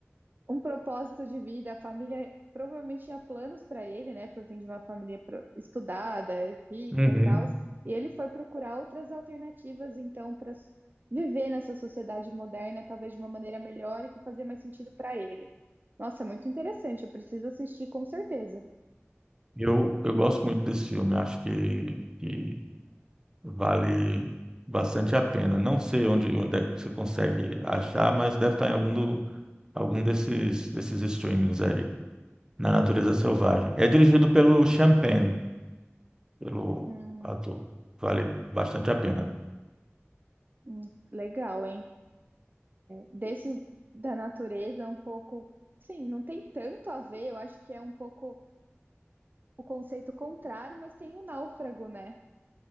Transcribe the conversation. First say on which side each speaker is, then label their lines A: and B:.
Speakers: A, on the right (about 45°); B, on the right (about 15°).
A: um propósito de vida. A família provavelmente tinha planos para ele, né? Por vir de uma família pro- estudada, rica
B: Uhum.
A: e tal. E ele foi procurar outras alternativas, então, para viver nessa sociedade moderna, talvez de uma maneira melhor e que fazia mais sentido para ele. Nossa, é muito interessante. Eu preciso assistir com certeza.
B: Eu, eu gosto muito desse filme, acho que, que vale bastante a pena. Não sei onde, onde é que você consegue achar, mas deve estar em algum, do, algum desses, desses streamings aí, na natureza selvagem. É dirigido pelo Champagne, pelo
A: Hum,
B: ator. Vale bastante a pena.
A: hum, legal, hein? Desses da natureza, um pouco. Sim, não tem tanto a ver. Eu acho que é um pouco o conceito contrário, mas tem o náufrago, né?